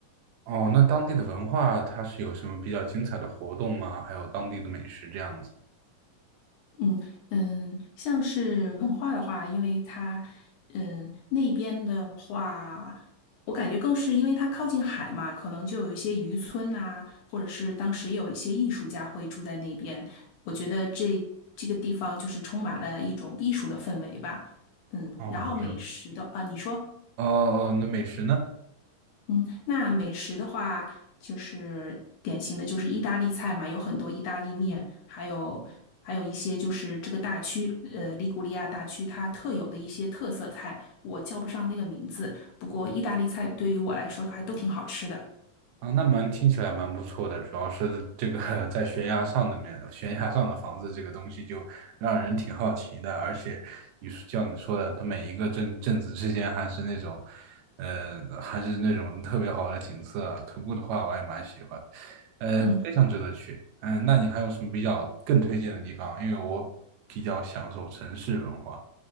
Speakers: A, on the right (about 80°); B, on the left (about 75°).
A: 哦，那当地的文化它是有什么比较精彩的活动吗？还有当地的美食这样子。
B: 嗯嗯，像是文化的话，因为它嗯那边的话，我感觉更是因为它靠近海嘛，可能就有一些渔村呐、或者是当时有一些艺术家会住在那边。我觉得这这个地方就是充满了一种艺术的氛围吧。嗯，
A: 哦，
B: 然后美食的啊，你说。
A: 呃，呃那美食呢？
B: 嗯，那美食的话，就是典型的就是意大利菜嘛，有很多意大利面，还有还有一些就是这个大区，呃，利古里亚大区它特有的一些特色菜，我叫不上那个名字。不过意大利菜对于我来说都还都挺好吃的。
A: 啊，那蛮听起来蛮不错的，主要是这个 <laughs> 在悬崖上的面，悬崖上的房子这个东西就让人挺好奇的，而且你说像你说的，它每一个镇镇子之间还是那种，呃，还是那种特别好的景色，徒步的话我也蛮喜欢。呃，
B: 嗯，
A: 非常值得去。嗯、那你还有什么比较更推荐的地方？因为我比较享受城市文化，